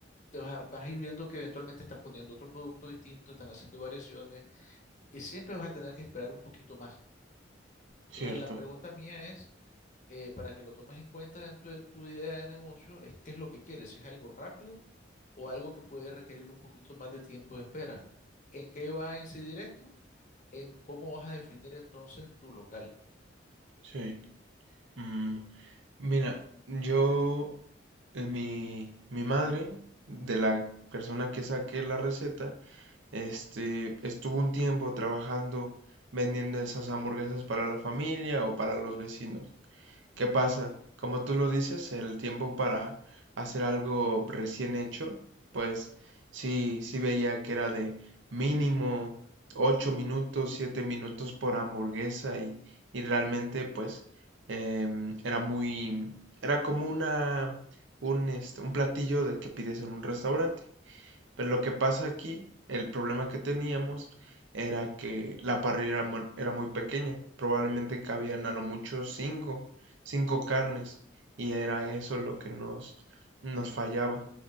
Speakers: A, on the left (about 40°); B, on the right (about 75°).
A: te vas a, vas a ir viendo que eventualmente están poniendo otro producto distinto, están haciendo variaciones y siempre vas a tener que esperar un poquito más.
B: cierto,
A: Entonces, la pregunta mía es, eh, para que lo tomes en cuenta dentro de tu idea de negocio, es qué es lo que quieres, si es algo rápido o algo que puede requerir un poquito más de tiempo de espera. ¿En qué va a incidir esto? En cómo vas a definir entonces tu local.
B: sí. Mm, mira, yo, eh, mi, mi madre, de la persona que saqué la receta, este, estuvo un tiempo trabajando vendiendo esas hamburguesas para la familia o para los vecinos. ¿Qué pasa? Como tú lo dices, el tiempo para hacer algo recién hecho, pues sí, sí veía que era de mínimo 8 minutos, 7 minutos por hamburguesa y, y realmente pues em, era muy, era como una, un, este, un platillo de que pides en un restaurante. Pero lo que pasa aquí, el problema que teníamos era que la parrilla era, mu- era muy pequeña, probablemente cabían a lo mucho cinco, cinco carnes, y era eso lo que nos, nos fallaba.